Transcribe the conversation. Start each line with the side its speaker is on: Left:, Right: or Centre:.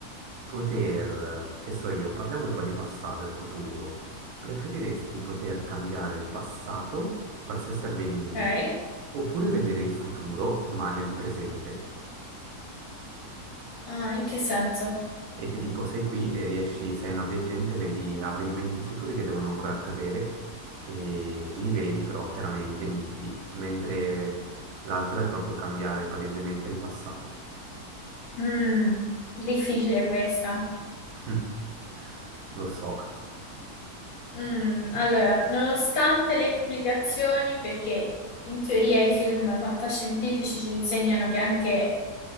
Right: poter, che so io, parliamo un po' di passato e futuro. Preferiresti poter cambiare il passato, qualsiasi avvenimento,
Left: ok.
Right: oppure vedere il futuro, ma nel presente?
Left: Ah, in che senso?
Right: E che tipo sei qui e riesci, sei una veggente, vedi avvenimenti futuri che devono ancora accadere e li vedi però chiaramente nitidi, mentre l'altro è proprio cambiare palesemente il passato.
Left: Mm, difficile questa.
Right: <laughs> Lo so.
Left: Mm, allora, nonostante le implicazioni, perché in teoria i film fantascientifici ci insegnano che anche